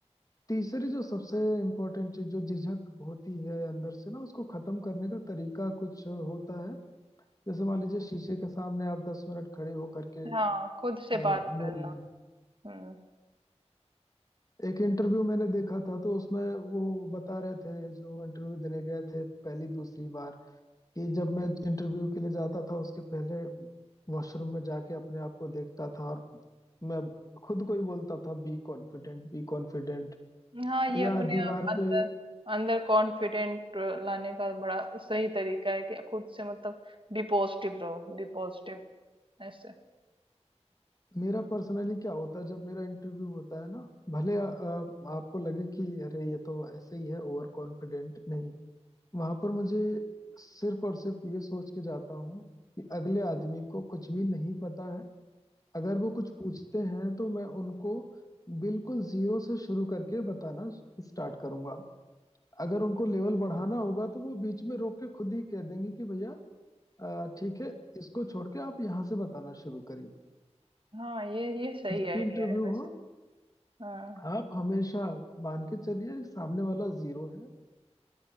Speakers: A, on the left (about 30°); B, on the right (about 50°).
A: तीसरी जो सबसे इम्पोर्टेंट चीज जो झिझक होती है अंदर से ना उसको खत्म करने का तरीका कुछ होता है जैसे मान लीजिए शीशे के सामने आप दस मिनट खड़े होकर के
B: हाँ
A: अ,
B: खुद से बात
A: बोल
B: करना
A: लें
B: हम्म
A: एक इंटरव्यू मैंने देखा था तो उसमें वो बता रहे थे जो इंटरव्यू देने गए थे पहली दूसरी बार कि जब मैं इंटरव्यू के लिए जाता था उसके पहले वॉशरूम में जाके अपने आप को देखता था और मैं खुद को ही बोलता था बी कॉन्फिडेंट बी कॉन्फिडेंट
B: हाँ ये
A: या
B: अपने
A: दीवार
B: आप अंदर
A: पे
B: अंदर कॉन्फिडेंट लाने का बड़ा सही तरीका है कि खुद से मतलब बी पॉजिटिव रहो बी पॉजिटिव ऐसे
A: मेरा पर्सनली क्या होता है जब मेरा इंटरव्यू होता है ना भले अ, आपको लगे कि अरे ये तो ऐसे ही है ओवर कॉन्फिडेंट नहीं वहां पर मुझे सिर्फ और सिर्फ ये सोच के जाता हूँ कि अगले आदमी को कुछ भी नहीं पता है अगर वो कुछ पूछते हैं तो मैं उनको बिल्कुल जीरो से शुरू करके बताना स्टार्ट करूंगा अगर उनको लेवल बढ़ाना होगा तो वो बीच में रोक के खुद ही कह देंगे कि भैया अ, ठीक है इसको छोड़ के आप यहाँ से बताना शुरू करिए
B: हाँ ये ये सही
A: तो जब
B: आइडिया
A: भी इंटरव्यू
B: है वैसे
A: हो
B: हाँ
A: आप हमेशा मान के चलिए सामने वाला जीरो है